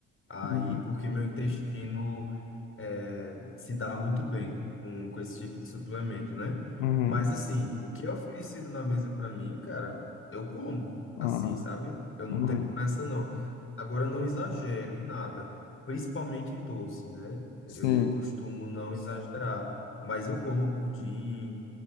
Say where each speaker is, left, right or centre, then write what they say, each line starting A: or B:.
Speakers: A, on the left (about 30°); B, on the left (about 75°).
A: Aí,
B: uhum,
A: porque meu intestino é, se dá muito bem com, com esse tipo de suplemento, né?
B: uhum,
A: Mas, assim, o que é oferecido na mesa pra mim, cara, eu como,
B: ah,
A: assim, sabe? Eu não
B: uhum,
A: tenho essa, não. Agora, eu não exagero em nada, principalmente em doce, né?
B: sim.
A: Eu costumo não exagerar, mas eu como pudim,